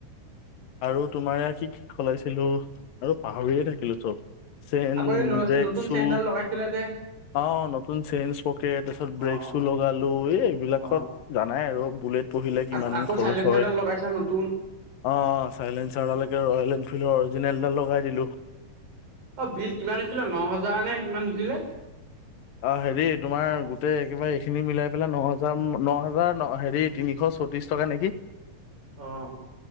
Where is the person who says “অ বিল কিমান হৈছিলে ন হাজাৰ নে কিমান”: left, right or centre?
Right